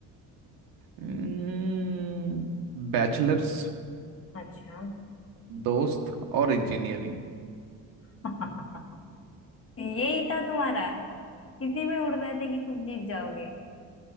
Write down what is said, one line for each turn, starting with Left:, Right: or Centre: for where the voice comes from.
Right: हम्म बैचलर्स
Left: अच्छा
Right: दोस्त और इंजीनियरिंग
Left: <laughs> यही था तुम्हारा इसी में उड़ रहे थे कि तुम जीत जाओगे